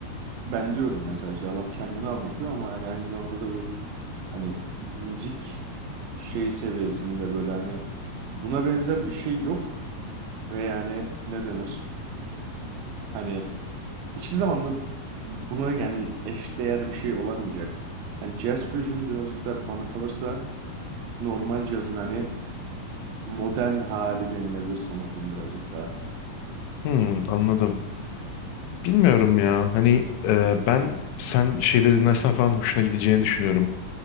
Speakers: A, on the right; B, on the left.
A: ben diyorum mesela işte adam kendini anlatıyor ama hani aynı zamanda da bu hani müzik şey seviyesinde böyle hani buna benzer bir şey yok. Ve yani ne denir? Hani hiçbir zaman da buna yani eşdeğer bir şey olamayacak. Hani jazz fusion birazcık da bana kalırsa normal cazın hani modern hali denilebilir sanırım birazcık daha.
B: Hmm, anladım. Bilmiyorum ya. Hani e, ben sen şeyleri dinlersen falan hoşuna gideceğini düşünüyorum.